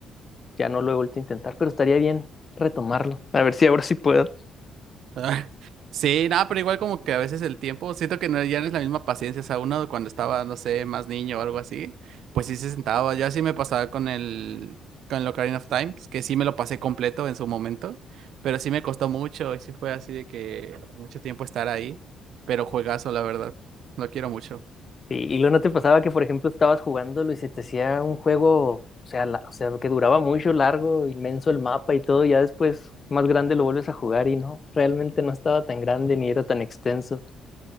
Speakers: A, on the left; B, on the right.
A: ya no lo he vuelto a intentar, pero estaría bien retomarlo. A ver si ahora sí puedo.
B: <laughs> Ah, Sí, nada, pero igual como que a veces el tiempo, siento que no, ya no es la misma paciencia, o sea, uno cuando estaba, no sé, más niño o algo así, pues sí se sentaba, yo así me pasaba con el, con el Ocarina of Time, que sí me lo pasé completo en su momento, pero sí me costó mucho y sí fue así de que mucho tiempo estar ahí, pero juegazo, la verdad, lo quiero mucho.
A: Sí, y luego no te pasaba que, por ejemplo, estabas jugándolo y se te hacía un juego, o sea, la- o sea, que duraba mucho, largo, inmenso el mapa y todo, y ya después más grande lo vuelves a jugar y no, realmente no estaba tan grande ni era tan extenso.